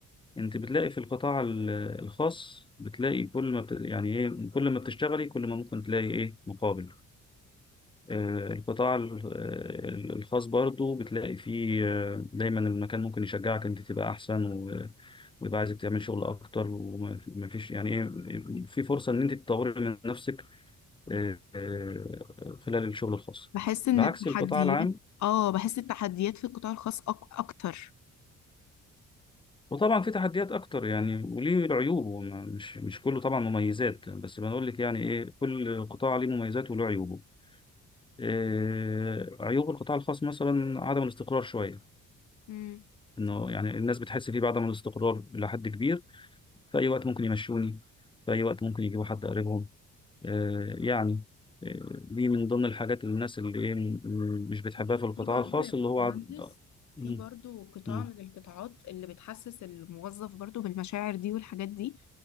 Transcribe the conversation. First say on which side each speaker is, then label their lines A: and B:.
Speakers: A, on the left; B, on the left.
A: انت بتلاقي في القطاع ال- الخاص بتلاقي كل ما بت... يعني ايه كل ما بتشتغلي كل ما ممكن تلاقي ايه مقابل آه، القطاع ال- آه، الخاص برضو بتلاقي فيه آه، دايما المكان ممكن يشجعك انت تبقى احسن و- ويبقى عايزك تعمل شغل اكتر وما فيش يعني ايه في فرصة ان انت تطوري من نفسك آه، آه، خلال الشغل الخاص
B: بحس ان
A: بعكس
B: التحديات
A: القطاع العام
B: اه بحس التحديات في القطاع الخاص أك... اكتر
A: وطبعا في تحديات اكتر يعني وليه العيوب وما- مش مش كله طبعا مميزات بس بنقول لك يعني ايه كل قطاع ليه مميزاته وله عيوبه آه، عيوب القطاع الخاص مثلا عدم الاستقرار شوية
B: امم
A: انه
B: صح
A: يعني الناس بتحس فيه بعدم الاستقرار الى حد كبير في اي وقت ممكن يمشوني في اي وقت ممكن يجيبوا حد قريبهم آه يعني آه دي من ضمن الحاجات اللي الناس اللي ايه م- م- مش بتحبها
B: في
A: في القطاع
B: في برضه
A: الخاص
B: يا باشمهندس
A: اللي هو عد... آه،
B: في
A: مم،
B: برضه قطاع
A: مم،
B: من القطاعات اللي بتحسس الموظف برضه بالمشاعر دي والحاجات دي